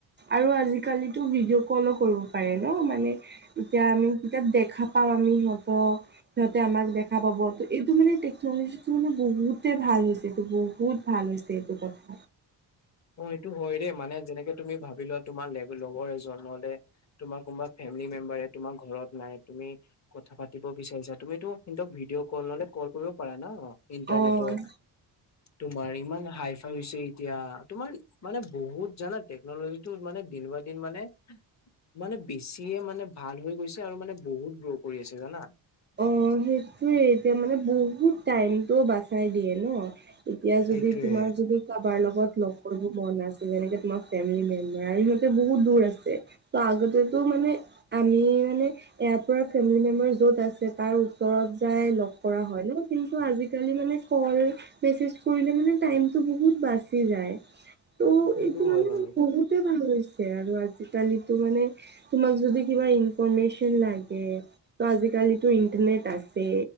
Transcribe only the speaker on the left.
অ সেইটো হয় দেই মানে যেনেকে তুমি ভাবি লোৱা তোমাৰ লগৰ এজনলে তোমাৰ কোনোবা ফেমিলি মেম্বাৰে তোমাৰ ঘৰত নাই তুমি কথা পাতিব বিচাৰিছা। তুমিতো সিনতক ভিডিঅ' কল নহলে কল কৰিব পাৰা ন। ইণ্টাৰনেটৰ
তোমাৰ ইমান হাই ফাই হৈছে এতিয়া। তোমাৰ মানে বহুত জানা টেকনলজিটো মানে দিন বা দিন মানে মানে বেছিয়ে মানে ভাল হৈ গৈছে আৰু মানে বহুত গ্ৰ'ৰ কৰি আছে জানা।
সেইটোৱে।
সেইটো
হয়
বাৰু।